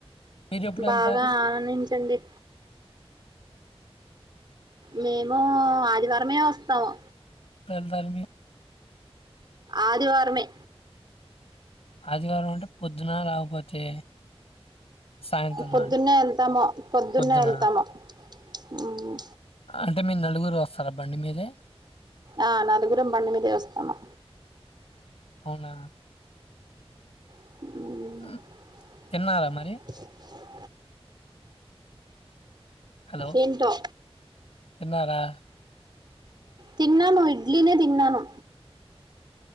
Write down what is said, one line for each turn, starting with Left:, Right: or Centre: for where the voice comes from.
Left: మీరు ఎప్పుడు వెళ్తారు
Right: బాగా ఆనందించండి మే మో ఆదివారమే వస్తాము
Left: పెల్దా అలిమి
Right: ఆదివారమే
Left: ఆదివారం అంటే పొద్దున లేకపోతే సాయంత్రం
Right: పొద్దున్నే
Left: అని
Right: వెళ్తాము పొద్దున్నే
Left: పొద్దున
Right: వెళ్తాము ఉమ్
Left: అంటే మీరు నలుగురు వస్తార బండి మీదే
Right: ఆ నలుగురం బండి మీదే వస్తాము
Left: అవునా
Right: మ్
Left: ఉమ్, తిన్నారా మరి హలో
Right: ఏంటో
Left: తిన్నారా?
Right: తిన్నాను ఇడ్లీనే తిన్నాను